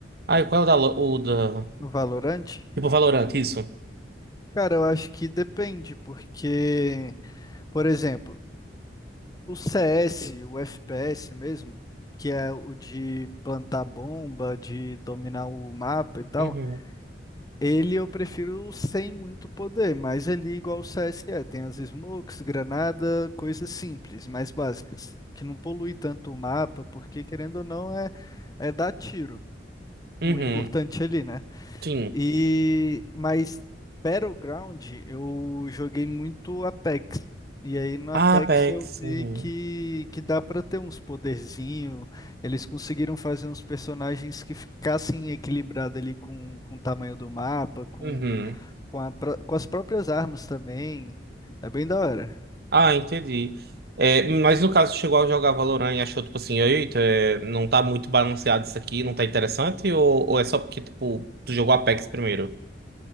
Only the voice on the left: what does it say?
No Valorante?
Cara, eu acho que depende, porque, por exemplo, o CS, o FPS mesmo, que é o de plantar bomba, de dominar o mapa e tal,
ele eu prefiro sem muito poder, mas ele é igual o CS que é, tem as smokes, granada, coisas simples, mais básicas, que não polui tanto o mapa, porque querendo ou não é, é dar tiro,
o importante ali, né?
E mas Battleground eu joguei muito Apex. E aí no Apex
eu vi
que, que dá pra ter uns poderzinho. Eles conseguiram fazer uns personagens que ficassem equilibrados ali com, com o tamanho do mapa, com,
com, a pró- com as próprias armas também. É bem da hora.